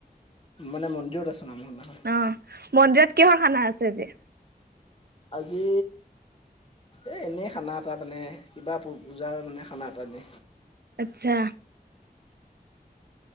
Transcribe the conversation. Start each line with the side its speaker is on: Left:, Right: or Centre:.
Left: মানে মন্দিৰত আছো নামঘৰত নহয়।
Right: অ মন্দিৰত কিহৰ খানা আছে আজি?
Left: আজি এই এনেই খানা এটা মানে কিবা পূজাৰ মানে খানা এটা দে।
Right: আতচ্ছা